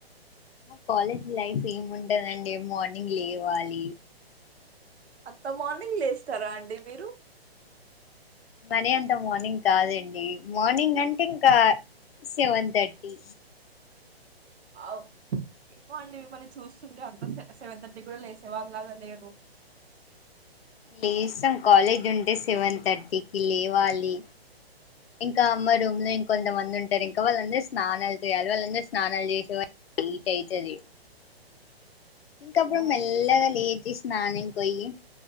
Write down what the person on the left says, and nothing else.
మా కాలేజ్ లైఫ్ ఏముంటందండి మార్నింగ్ లేవ్వాలి
మరి అంత మార్నింగ్ కాదండి మార్నింగ్ అంటే ఇంకా సెవెన్ థర్టీ
లేస్తాం కాలేజ్ ఉంటే సెవెన్ థర్టీకి లేవాలి ఇంకా అమ్మ రూమ్ లో ఇంకొంతమంది ఉంటారు ఇంకా వాళ్ళందరు స్నానాలు చేయాలి వాళ్ళందరు స్నానాలు చేసే లేట్ అయితది ఇంకా
అప్పుడు మెల్లగా లేచి స్నానం పోయి